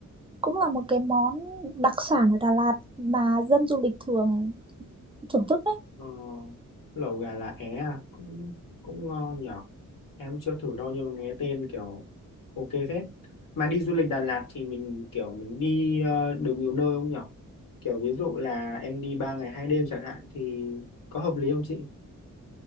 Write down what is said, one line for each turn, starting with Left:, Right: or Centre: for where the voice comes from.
Right: cũng là một cái món đặc sản ở Đà Lạt mà dân du lịch thường thưởng thức đấy.
Left: Ờ, lẩu gà lá é à, cũng cũng ngon nhở em chưa thử đâu nhưng mà nghe tên kiểu ok phết mà đi du lịch Đà Lạt thì mình kiểu mình đi ờ, được nhiều nơi không nhở kiểu ví dụ là em đi 3 ngày hai đêm chẳng hạn thì có hợp lý không chị